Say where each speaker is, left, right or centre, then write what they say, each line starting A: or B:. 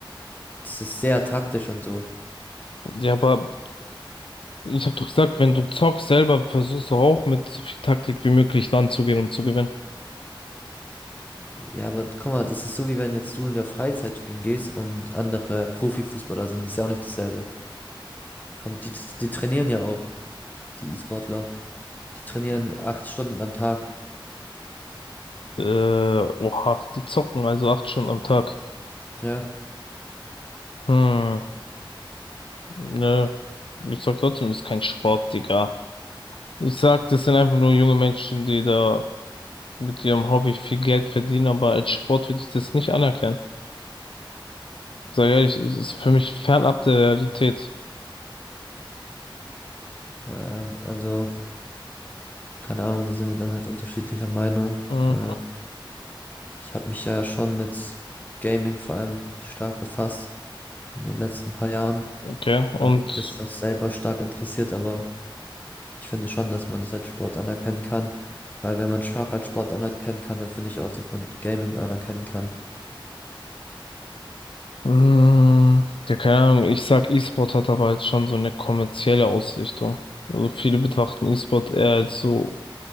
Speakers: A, on the left; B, on the left.
A: das ist sehr taktisch und so.
B: Ja, aber ich habe doch gesagt, wenn du zockst selber, versuchst du auch mit so viel Taktik wie möglich ranzugehen, um zu gewinnen.
A: Ja, aber guck mal, das ist so, wie wenn jetzt du in der Freizeit spielen gehst und andere Profifußballer sind, das ist ja auch nicht dasselbe. Vom- Die, die trainieren ja auch, die E-Sportler. Die trainieren acht Stunden am Tag.
B: Äh, oha, die zocken also acht Stunden am Tag.
A: Ja,
B: Hm, ne. Ich sag trotzdem, ist kein Sport, Digga. Ich sag, das sind einfach nur junge Menschen, die da mit ihrem Hobby viel Geld verdienen, aber als Sport würde ich das nicht anerkennen. Sag ehrlich, es ist für mich fernab der Realität.
A: äh, also. Keine Ahnung, da sind wir dann halt unterschiedlicher Meinung.
B: Mhm.
A: Äh, ich habe mich ja schon mit Gaming vor allem stark befasst in den letzten paar Jahren.
B: Okay, und
A: Mich Das ist auch selber stark interessiert, aber ich finde schon, dass man das als Sport anerkennen kann. Weil wenn man Schach als Sport anerkennen kann, dann finde ich auch, dass man Gaming anerkennen kann.
B: mh, ja, keine Ahnung, ich sag, E-Sport hat aber jetzt schon so eine kommerzielle Ausrichtung. Also viele betrachten E-Sport eher als so